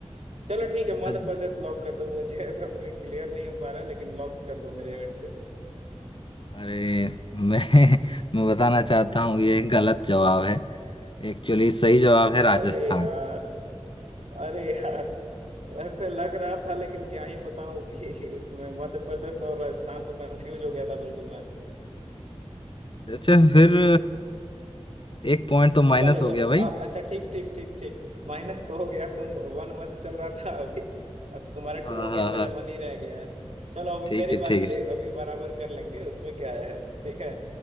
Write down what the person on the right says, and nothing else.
चलो ठीक है मध्य
प्रदेश लॉक कर दो मुझे <laughs> तो अभी क्लियर नहीं हो पा रहा है, लेकिन लॉक कर दो मेरे एंड से
अरे यार अरे यार ऐसे लग रहा था लेकिन क्या ही बताऊं भी <laughs> उसमें मध्य प्रदेश और राजस्थान में कंफ्यूज हो गया था बिल्कुल मैं
चलो
चलो
अ-
अच्छा ठीक ठीक ठीक ठीक माइनस तो हो गया तुम वन वन चल रहा था अभी और तुम्हारा
टू हो
गया मेरा
वन ही रह गया है चलो अभी
मेरी
बारी
है, अभी बराबर कर लेंगे उसमें क्या है ठीक है